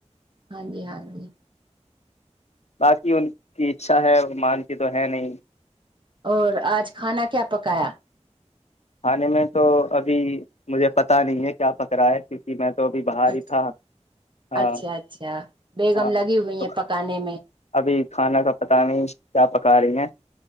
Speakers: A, on the right; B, on the left.
A: ہاں جی ہاں جی
B: باقی ہ کی اچھا ہے مان کی تو ہے نہیں
A: اور آج کھانا کیا پکایا
B: کھانے میں تو ابھی مجھے پتا نہیں ہے کیا پکڑا ہے کیونکہ میں تو ابھی باہر
A: اچ
B: ہی تھا ہاں
A: اچھا اچھا بیگم
B: ہاں
A: لگی ہوئی
B: تو
A: ہیں پکانے میں
B: ابھی کھانا کا پت نہیں کیا پکا رہی ہیں